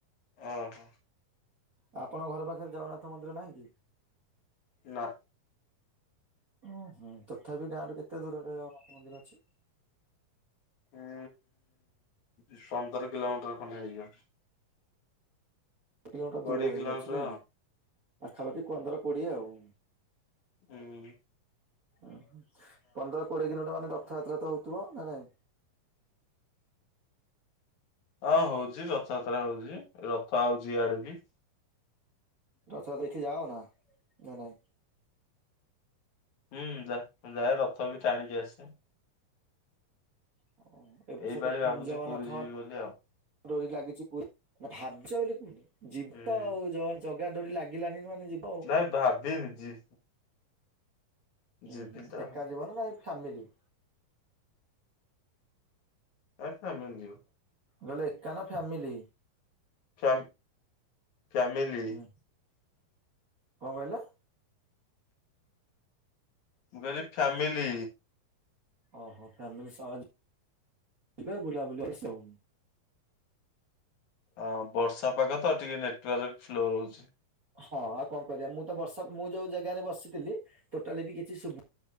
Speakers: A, on the left; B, on the right.
A: ଅ--ହ।
B: ଆପଣ ଘର ପାଖରେ ଜଗନ୍ନାଥ ମନ୍ଦିର ନାହିଁ କି?
A: ନା।
B: ଓଁ ହୁଁ ତଥାପି ଗାଁ ରୁ କେତେ ଦୂରରେ ଜଗନ୍ନାଥ ମନ୍ଦିର ଅଛି।
A: ଉଁ ଉଁ ପନ୍ଦର କିଲୋମିଟର ଖଣ୍ଡେ ହେଇଯିବ।
B: କିଲୋମିଟର
A: କୋଡିଏ
B: ଦୂର ହେଇଯାଉଛି
A: କିଲୋମିଟର
B: ନାଇଁ କି। ପାଖାପାଖି ପନ୍ଦର କୋଡିଏ ଆଉ।
A: ହୁଁ।
B: ଅଁ ପନ୍ଦର କୋଡିଏ କିଲୋମିଟର୍ ମାନେ ରଥଯାତ୍ରା ତ ହଉଥିବ ନା ନାଇଁ।
A: ଅ ହଉଛି ରଥଯାତ୍ରା ହଉଛି ରଥ ଆଉ ୟାଡି କି।
B: ରଥଯାତ୍ରା ଦେଖି ଯାଅ ନା ନା ନାଇଁ।
A: ହୁଁ ଯା ଯାଏ ରଥ ବି ଟାଣିକି ଆସେ।
B: ଓ ଏ ବର୍ଷୋ
A: ଏଇ ପାଳି
B: ତ
A: ଭାବୁଛି
B: ଜଗନାଥ
A: ପୁରୀ ଯିବି ବୋଲି ଆଉ।
B: ଡୋରି ଲାଗିଛି ପୁର୍ ଭାବଚ ବୋଲି କୁହନି ଯିବତ
A: ହୁଁ
B: ଆଉ ଜ ଜଗା ଦୌଡି ଲାଗିଲାନି ମାନେ ଯିବ୍
A: ନାଇଁ ଭାବି ନିି ଯି ଯିବି
B: ଉଁ ହୁଁ
A: ତ
B: ଏକା ଯିବନା ନା ଫ୍ୟାମିଲି।
A: ଏ ଫ୍ୟାମିଲି ଯିବୁ।
B: ଗଲେ ଏକା ନା ଫ୍ୟାମିଲି।
A: Fam family.
B: ହୁଁ କଣ କହିଲ?
A: ମୁଁ କହିଲି ଫ୍ୟାମିଲି।
B: ଓହୋ ଫ୍ୟାମିଲି ସହ ଯି ଯିବ ବୁଲାବୁଲି ଏସବୁ।
A: ଅ ବର୍ଷା ପାଗ ତ ଟିକେ ନେଟୱାର୍କ ସ୍ଲୋ ରହୁଚି।
B: ହଁ ଆଉ କଣ କରିବା ମୁଁ ତ ବର୍ଷା ମୁଁ ଯୋଉ ଜାଗାରେ ବସିଥିଲି ଟୋଟାଲି ବି କିଛି ସୁବୁ